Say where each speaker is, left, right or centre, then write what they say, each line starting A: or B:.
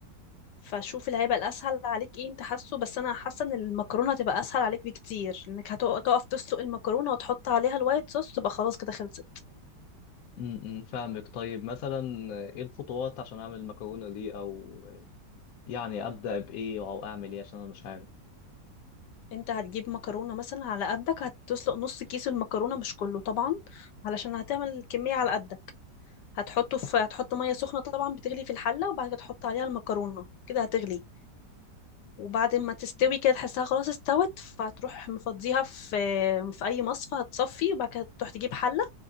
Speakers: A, on the left; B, on the left.
A: فشوف اللي هيبقى الاسهل عليك ايه انت حاسه بس انا حاسه ان المكرونه هتبقى اسهل عليك بكتير انك هتقف تسلق المكرونه وتحط عليها الوايت صوص تبقى خلاص كده خلصت
B: امم فاهمك طيب مثلا أه، ايه الخطوات عشان اعمل المكرونه دي او يعني ابدا بايه او اعمل ايه عشان انا مش عارف
A: انت هتجيب مكرونه مثلا على قدك هتسلق نص كيس المكرونه مش كله طبعا علشان هتعمل كميه على قدك هتحطه في هتحط ميه سخنه طبعا بتغلي في الحله وبعد كده تحط عليها المكرونه كده هتغلي وبعد ما تستوي كده تحسها خلاص استوت فهتروح مفضيها في في اي مصفى هتصفي وبعد كده تروح تجيب حله